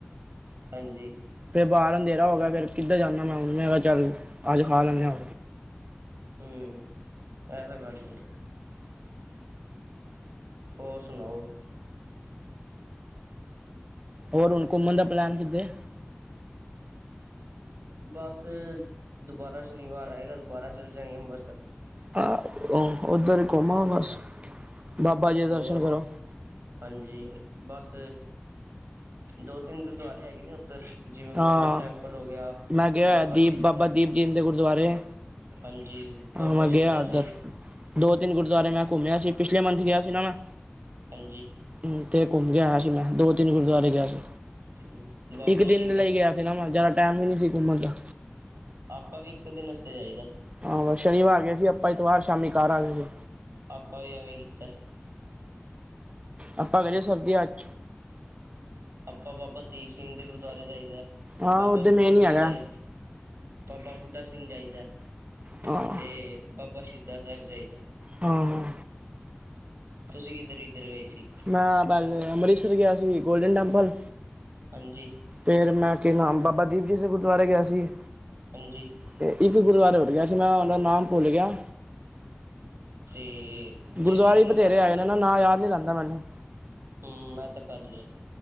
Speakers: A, on the right (about 80°); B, on the right (about 30°).
A: ਹਾਂਜੀ।
B: ਫੇਰ ਬਾਹਰ ਅੰਧੇਰਾ ਹੋ ਗਿਆ ਫੇਰ ਕਿੱਧਰ ਜਾਂਦਾ ਮੈਂ ਹੁਨ ਮੈਂ ਕਿਹਾ ਚੱਲ ਅੱਜ ਖਾ ਲੈਂਨੇ ਆ
A: ਹੁ ਐ ਤਾਂ ਗੱਲ ਏ। ਹੋਰ ਸੁਨਾਓ
B: ਹੋਰ ਹੁਨ ਘੁੰਮਣ ਦਾ ਪਲੈਨ ਕਿੱਥੇ
A: ਬਸ ਦੁਬਾਰਾ ਸ਼ਨੀਵਾਰ ਆਏਗਾ ਦੁਬਾਰਾ ਚਲੇ ਜਾਂਗੇ ਅੰਬਰਸਰ।
B: ਆਹ ਉੱਧਰ ਘੂੰਮ ਆਉ ਬਸ ਬਾਬਾ ਜੀ ਦੇ ਦਰਸ਼ਨ
A: ਹੋਰ
B: ਕਰੋ
A: ਹਾਂਜੀ ਬਸ ਦੋ ਤਿੰਨ ਗੁਰੂਦੁਆਰੇ ਹੈਗੇ ਨੇ ਉੱਧਰ। ਜਿਵੇਂ
B: ਹਾਂ
A: ਗੋਲਡਨ ਟੈਂਪਲ ਹੋ ਗਿਆ
B: ਮੈਂ ਗਿਆ
A: ਬਾਬਾ
B: ਦੀਪ
A: ਸ਼ਹੀਦ
B: ਬਾਬਾ ਦੀਪ ਜੀ ਦੇ ਗੁਰਦੁਆਰੇ
A: ਹਾਂਜੀ
B: ਹਾਂ
A: ਬਾਬਾ
B: ਮੈਂ
A: ਸ਼ਹੀਦਾ
B: ਗਿਆ ਉੱਧਰ
A: ਸਿੰਘ
B: ਦੋ ਤਿੰਨ ਗੁਰਦੁਆਰੇ ਮੈਂ ਘੁੰਮਿਆ ਸੀ ਪਿਛਲੇ ਮੰਥ ਗਿਆ ਸੀ ਨਾ ਮੈਂ
A: ਹਾਂਜੀ
B: ਹੁ ਤੇ ਘੁੰਮ ਕੇ ਆਇਆ ਸੀ ਮੈਂ ਦੋ ਤਿੰਨ ਗੁਰਦੁਆਰੇ ਗਿਆ ਸੀ।
A: ਹੂੰ ਬਾਬਾ
B: ਇੱਕ ਦਿਨ
A: ਸ਼ਹੀਦਾ
B: ਲਈ
A: ਸ
B: ਗਿਆ ਸੀ ਨਾ ਮੈਂ ਜੈਂਦਾ ਟੈਮ ਵੀ ਨਹੀਂ ਸੀ ਘੁੰਮਨ ਦਾ।
A: ਆਪਾਂ ਵੀ ਇੱਕੋ ਦਿਨ ਆਸਤੇ ਜਾਈਦਾ।
B: ਹਾਂ ਬਸ ਸ਼ਨੀਵਾਰ ਗਏ ਸੀ ਆਪਾਂ ਐਤਵਾਰ ਸ਼ਾਮੀ ਘਰ ਆ ਗਏ ਸੀ।
A: ਆਪਾਂ ਵੀ ਐਵੇਂ ਕੀਤਾ।
B: ਆਪਾਂ ਕਏ ਸਰਬਜ਼ੀਆਂ <unintelligible> <unintelligible>
A: ਆਪਾਂ ਬਾਬਾ ਦੀਪ ਸਿੰਘ ਦੇ ਗੁਰਦੁਆਰੇ ਜਾਈਦਾ
B: ਹਾਂ
A: ਬਾਬਾ
B: ਉਹਦੇ
A: ਬੁੱਢਾ
B: ਮੇਨ
A: ਸਿੰਘ
B: ਹੀ ਹੈਗਾ
A: ਜਾਈਦਾ। ਬਾਬਾ ਬੁੱਢਾ ਸਿੰਘ ਜਾਈਦਾ
B: ਹਾਂ
A: ਤੇ ਬਾਬਾ ਸ਼ਹੀਦਾ ਸਾਹਿਬ ਜਾਈਦਾ।
B: ਹਾਂ ਹਾਂ
A: ਤੁਸੀਂ ਕਿੱਧਰ ਕਿੱਧਰ ਗਏ ਸੀ
B: ਮੈਂ ਬਸ ਅੰਮ੍ਰਿਤਸਰ ਗਿਆ ਸੀ ਗੋਲਡਨ ਟੈਂਪਲ।
A: ਹਾਂਜੀ।
B: ਫੇਰ ਮੈਂ ਕਿ ਨਾਮ ਬਾਬਾ ਦੀਪ ਜੀ ਦੇ ਗੁਰਦੁਆਰੇ ਗਿਆ ਸੀ।
A: ਹਾਂਜੀ।
B: ਤੇ ਇੱਕ ਗੁਰਦੁਆਰੇ ਹੋਰ ਗਿਆ ਸੀ ਮੈਂ ਉਹਦਾ ਨਾਮ ਭੁੱਲ ਗਿਆ
A: ਤੇ ਜਲਿਆਂ
B: ਗੁਰਦੁਆਰੇ
A: ਵਾਲਾ
B: ਈ ਬਥੇਰੇ
A: ਬਾਗ ਨੀ
B: ਹੇਗੇ ਨੇ ਨਾ ਨਾ ਯਾਦ ਨਹੀਂ ਰਹਿੰਦਾ ਮੈਨੂੰ। ਹ <unintelligible> <unintelligible>
A: ਹੁ ਮੈਂ <unintelligible> ਤਾਂ ਗੱਲ ਹੈ